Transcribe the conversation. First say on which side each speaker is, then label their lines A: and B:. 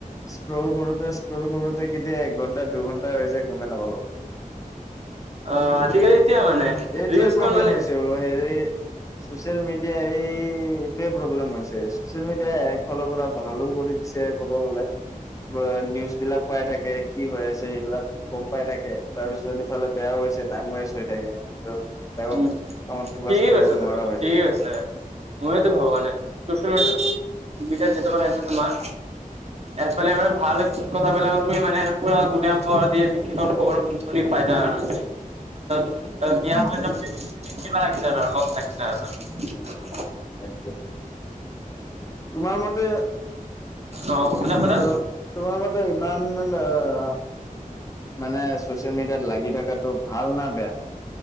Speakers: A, on the left; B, on the right.
A: স্ক্ৰল কৰোঁতে - স্ক্ৰল কৰোঁতে কেতিয়া এক ঘণ্টা দুঘন্টা হৈ যায়, গমে নাপাওঁ। <inaudible>
B: অ' আজিকালি এতিয়া মানে
A: এইটোৱে
B: ৰিলচখন
A: প্ৰব্লেম
B: মানে
A: হৈছে অ' হেৰি ছচিয়েল মিডিয়াই এই, এইটোৱে প্ৰব্লেম হৈছে। ছচিয়েল মিডিয়া এ ফালৰ পৰা ভালো কৰি দিছে কব গলে। নিউজ বিলাক পাই থাকে কি হৈ আছে সেইবিলাক গম পাই থাকে। তাৰপিছত ইফালে বেয়াও হৈছে, টাইম ৱেষ্ট হৈ থাকে। তাৰপাছত তাৰ-
B: উম
A: কামত ফ'কাছ
B: ঠিকেই
A: কৰিব
B: কৈছা
A: নোৱাৰা
B: তুমি ঠিকেই
A: হৈ যায়।
B: কৈছা মইতো ভাবা নাই। ছচিয়েল মিডিয়াটো <unintelligible> তোমাৰ এফালেব ভাল ঠিক কথা বিলাক মানে পুৰা ধুনীয়া ভৰ দদিশ খবৰ শুনি ফাইদা আছে ত ত
A: সেইটোৱে
B: বিয়া হৈ‌ যাক বুলি তুমি তুমি কিবা ‌আহিছি ধৰা লাগ লাগি। <unintelligible>
A: সেইটোৱে। তোমাৰ মতে‌
B: অ' সোধা সোধা
A: অ তোমাৰ মতে ইমান - মানে ছচিয়েল মিডিয়াত লাগি থাকাটো ভাল না বেয়া?